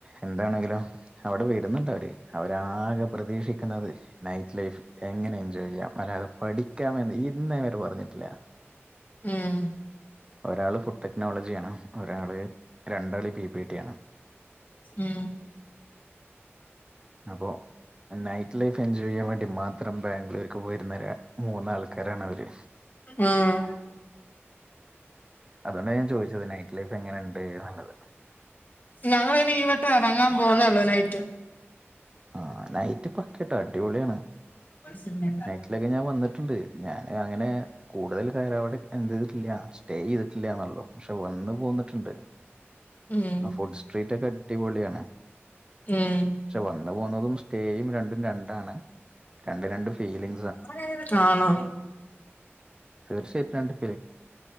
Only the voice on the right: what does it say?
എന്താണെങ്കിലും അവിടെ വെര്ന്നുണ്ടവര്. അവരാരും പ്രതീക്ഷിക്ക്ണത് നൈറ്റ് ലൈഫ് എങ്ങനെ എൻജോയ് ചെയ്യാം അല്ലാതെ പഠിയ്ക്കാൻ വേണ്ടി ഇന്നെവരെ പറഞ്ഞിട്ടില്ല
ഒരാള് ഫുഡ് ടെക്നോളജി ആണ് ഒരാള് രണ്ടാള് ബി ബി റ്റി യാണ്
അപ്പോ നൈറ്റ് ലൈഫ് എൻജോയ് ചെയ്യാൻ വേണ്ടി മാത്രം ബാംഗ്ലൂർക്ക് പോയിരുന്ന ര മൂന്നാൾക്കാരാണ് അവര്.
അതുകൊണ്ടാണ് ഞാൻ ചോയിച്ചത് നൈറ്റ് ലൈഫ് എങ്ങനെണ്ട് നല്ലത്.
ആഹ് നൈറ്റ് പക്കെട്ടോ അടിപൊളിയാണ്.
നൈറ്റിലക്കെ ഞാൻ വന്നിട്ടുണ്ട് ഞാന് അങ്ങനെ കൂടുതൽ കാലവിടെ എന്ത് ചെയ്തിട്ടില്ല സ്റ്റേ ചെയ്തിട്ടില്ലാന്നൊള്ളൂ പക്ഷെ വന്ന് പോന്നിട്ടുണ്ട്.
ആ ഫുഡ് സ്ട്രീറ്റക്കെ അടിപൊളിയാണ്.
ക്ഷെ വന്ന് പോന്നതും സ്റ്റേയും രണ്ടും രണ്ടാണ് രണ്ടും രണ്ട് ഫീലിം
തീർച്ചയായിട്ടുണ്ട്.